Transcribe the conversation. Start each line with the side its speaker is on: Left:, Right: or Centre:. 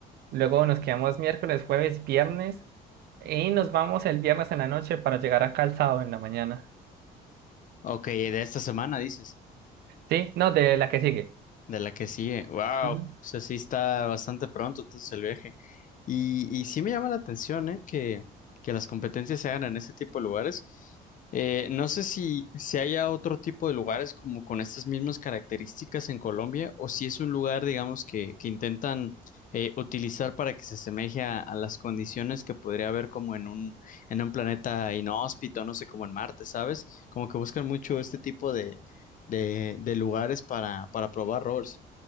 Right: luego nos quedamos miércoles, jueves, viernes y nos vamos el viernes en la noche para llegar acá el sábado en la mañana.
Left: Ok, de esta semana dices.
Right: ¿Sí? No, de la que sigue.
Left: De la que sigue, wow,
Right: Ujú.
Left: o sea, sí está bastante pronto entonces el viaje. Y, y sí me llama la atención, ¿eh? que, que las competencias se hagan en ese tipo de lugares. Eh, no sé si, si haya otro tipo de lugares como con estas mismas características en Colombia o si es un lugar, digamos, que, que intentan eh, utilizar para que se asemeje a, a las condiciones que podría haber como en un, en un planeta inhóspito, no sé, como en Marte, ¿sabes? Como que buscan mucho este tipo de, de lugares para, para probar rovers.